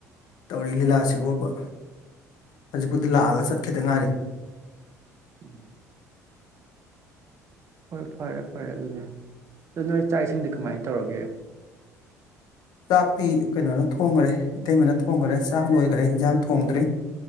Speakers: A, on the left (about 50°); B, on the right (about 30°).
A: ꯇꯧꯔꯤ ꯂꯤꯂꯥꯁꯤ ꯐꯥꯎꯕ ꯍꯧꯖꯤꯛꯄꯨꯗꯤ ꯂꯥꯛꯑꯒ ꯆꯠꯈꯤꯗ ꯉꯥꯏꯔꯤ
B: ꯎꯝ ꯍꯣꯏ ꯐꯔꯦ ꯐꯔꯦ ꯑꯗꯨꯅꯤ ꯑꯗꯨ ꯅꯣꯏ ꯆꯥꯛ ꯏꯁꯤꯡꯗꯤ ꯀꯃꯥꯏꯅ ꯇꯧꯔꯒꯦ
A: ꯆꯥꯛꯇꯤ ꯀꯩꯅꯣꯅ ꯊꯣꯡꯈꯔꯦ ꯏꯇꯩꯃꯅ ꯊꯣꯡꯈꯔꯦ ꯆꯥꯛ ꯂꯣꯏꯈꯔꯦ ꯏꯟꯖꯥꯡ ꯊꯣꯡꯗ꯭ꯔꯤ